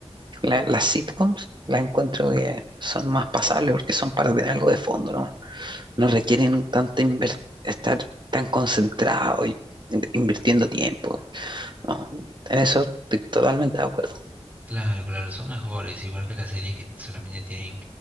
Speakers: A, on the right; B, on the right.
A: La- las sitcoms las encuentro que son más pasables porque son para tener algo de fondo no No requieren tanta inver- estar tan concentrado y in- invirtiendo tiempo. No, en eso estoy totalmente de acuerdo.
B: Claro, claro, son mejores, igual que las series que solamente tienen,